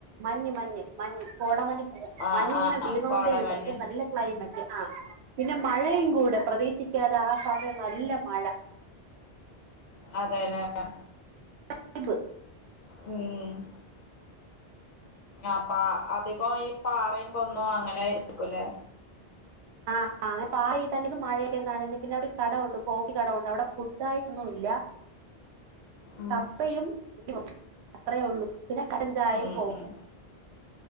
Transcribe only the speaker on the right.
മഞ്ഞ് മഞ്ഞ് മഞ്ഞ് കോടമഞ്ഞ്
മഞ്ഞ ഇങ്ങനെ
വീണോണ്ടേ
ഭയങ്കര നല്ല ക്ലൈമറ്റ് ആ പിന്നെ മഴയും കൂടെ പ്രതീക്ഷികാതെ ആ സമയം നല്ല മഴ.
<unintelligible>
ആഹ് <unintelligible> പിന്നെ അവിടെ കടണ്ട് കോഫി കടണ്ട് അവിടെ ഫുഡായിട്ടൊന്നും ഇല്ല
കപ്പയും <unintelligible> അത്രേ ഉള്ളൂ പിന്നെ കടചായയും
കോഫി